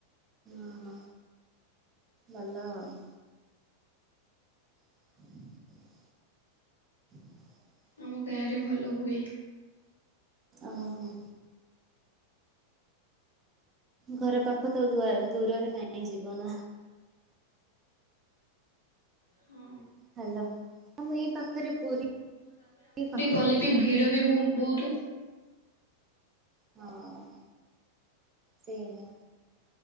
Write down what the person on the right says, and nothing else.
ଓହୋ, ଭଲ ଆଉ। <inaudible> <inaudible>
ଓହୋ। ଘର ପାଖ ତ ଦୂଆ ଦୂରରେ କାହିଁ ଯିବ ନା।
ହ୍ୟାଲୋ ଆ ମୁଁ ଏଇ ପାଖରେ ପୁରୀ ଏଇ ପା
ହଁ ସେଇଆ।